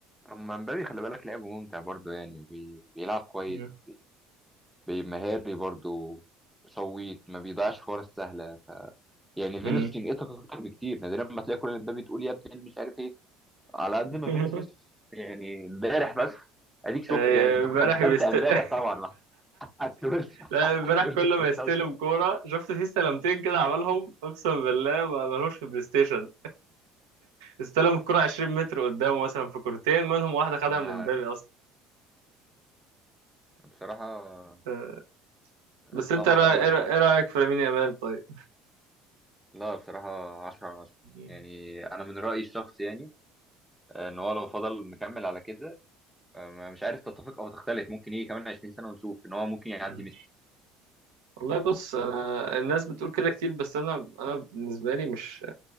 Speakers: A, in the centre; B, on the right.
A: اما مبابي خلي بالك لعبه ممتع برضه يعني بي... بيلعب كويس
B: مم.
A: بي- مهاري برضه شويت ما بيضيعش فرص سهله يعني فينيسيوس
B: امم
A: ينقطك اكتر بكتير نادرا ما تلاقي كل اللي مبابي تقول يا ابني مش عارف ايه على قد ما
B: <laughs>
A: فينيسيوس يعني امبارح بس اديك شفت
B: آه،
A: يعني انت
B: امبارح
A: كنت مستمتع
B: بيست
A: امبارح
B: <laughs>
A: طبعا <laughs> ما هتقولش
B: لا امبارح
A: هتقول
B: كل
A: <laughs> كنت
B: ما
A: مستمتع
B: يستلم كورة شفت فيه استلمتين كده عملهم اقسم بالله ما ملوش في البلاي ستيشن استلم الكورة 20 متر قدامه مثلا في كورتين منهم واحدة خدها
A: ما
B: من امبابي
A: عارف
B: اصلا
A: بصراحة
B: آه، بس
A: صعب
B: انت رأي...
A: قوي
B: ايه
A: يعني
B: رأي- إيه رأيك في لامين يامال طيب
A: لا بصراحة عشرة على عشرة
B: مم.
A: يعني أنا من رأيي الشخصي يعني آه، ان هو لو فضل مكمل على كده آه، ما- مش عارف تتفق او تختلف ممكن يجي كمان 20 سنه ونشوف ان هو ممكن يعدي
B: مم.
A: ميسي
B: والله بص انا الناس بتقول كده كتير بس انا انا بالنسبه لي مش